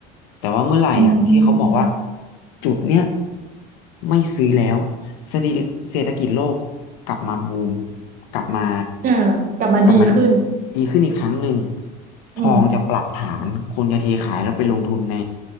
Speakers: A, on the left (about 85°); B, on the right (about 45°).
A: แต่ว่าเมื่อไหร่อ่ะที่เขาบอกว่า
B: ืม
A: จุดเนี้ยไม่ซื้อแล้วเศรษฐกิจเศรษฐกิจโลกกลับมาบูมกลับมา
B: เอ่ากลับมาดีขึ้น
A: กลับมาอืมดีขึ้นอีกครั้งหนึ่งทองจะปรับฐานคนจะเทขายแล้วไปลงทุนใน
B: อืม